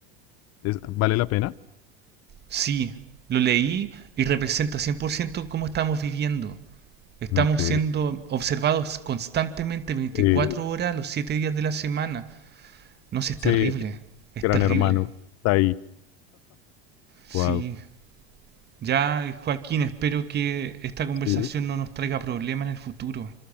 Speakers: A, on the left; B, on the right.
A: Es- ¿vale la pena?
B: Sí, lo leí y representa 100% cómo estamos viviendo. Estamos
A: Ok.
B: siendo observados constantemente veinticuatro
A: eh,
B: horas los 7 días de la semana. No sé, es
A: sí,
B: terrible, es
A: Gran
B: terrible.
A: hermano, está ahí.
B: Sí,
A: Wow.
B: ya Joaquín, espero que esta conversación
A: Sí,
B: no nos traiga problemas en el futuro.